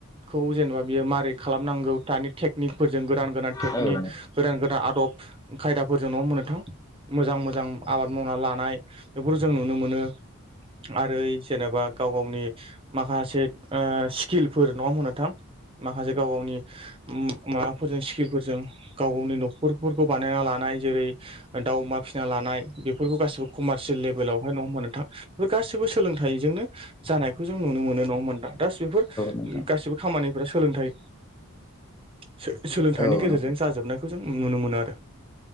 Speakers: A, on the right; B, on the left.
A: खौ जेनेबा बियो मारै खालामनांगौ दानि टेकनिकफोरजों गोदान गोदान टेकनिक।
B: औ
A: गोदान -गोदान आदब। खायदाफोरजों नङा होनबा नोंथां मोजां मोजां आबाद मावना लानाय बेफोरखौ जों नुनो मोनो। आरो जेनेबा गाव गावनि माखासे ओ स्किलफोर नङा होनबा नोंथां। माखासे गाव गावनि। माबाफोरजों स्किलफोरजों गाव गावनि न'खरफोरखौ बानायना लानाय। जेरै- दाउ अमा फिना लानाय बेफोरखौ गासिबो कमारसियेल लेभेलावहाय नङा होनबा नोथां। बेफोर गासिबो सोलोंथाइजोंनो। जानायखौ जों नुनो मोनो नङा होनबा नोंथां दास बेफोर
B: नोंथां
A: गासिबो खामानिफोरा सोलोंथाइ। सो सोलोंथाइनि
B: औ
A: गेजेरजों
B: नोंथां
A: जाजोबनायखौ जों नुनो मोनो आरो।